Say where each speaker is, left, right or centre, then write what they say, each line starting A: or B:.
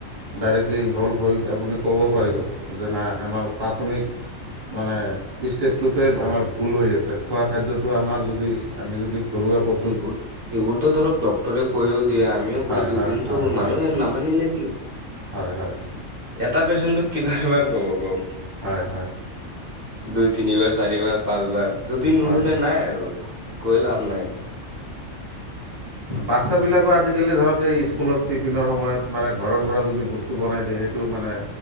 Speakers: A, on the right; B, on the right.
A: ডাইৰেক্টলি ইনভলভ হৈ আপুনি ক'ব পাৰিব যে ন আমাৰ প্ৰাথমিক। মানে ষ্টেপটোতে আমাৰ ভুল হৈ আছে খোৱা খাদ্যটো আমাৰ যদি আমি যদি। ঘৰুৱা প।
B: সেইবোৰ সেইবোৰতো ধৰক ড্টৰে কৈয়ও দিয়ে আমিও
A: হয়
B: কৈ দিওঁ
A: হয়
B: কিন্তু
A: হয় হয়
B: মানুহে নামানিলে কি হব।
A: হয় হয়।
B: এটা পেচেনটো কিমানবাৰ কব কওক
A: হয় হয়
B: দুই তিনিবাৰ। চাৰিবাৰ পাঁচবাৰ যদি নুশুনে
A: হয়
B: নাই আৰু কৈ লাভ নাই।
A: বাচ্ছ বিলাকো আজিকালি ধৰক এই স্কুলৰ টিফিনৰ সময়ত মানে ঘৰৰ পৰা যদি বস্তু বনাই দিয়ে সেইটো। টো মানে।